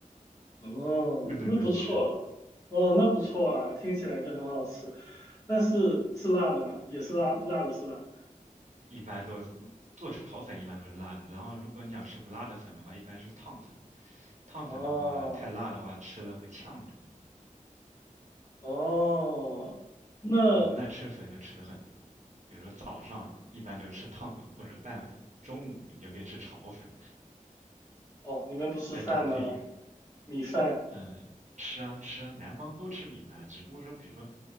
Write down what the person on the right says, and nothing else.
顿顿顿吃。
对，
一般都是做炒粉一般都是辣的，然后如果你想吃不辣的粉的话，一般是烫粉。烫粉的话，
太辣的话吃了会呛着。
我我们那吃粉就吃的很多，比如说早上一般就吃烫粉或者拌粉，中午你就可以吃炒粉，
再搭配一个，
嗯，吃啊吃啊，南方都吃米饭，只不过说，比如说，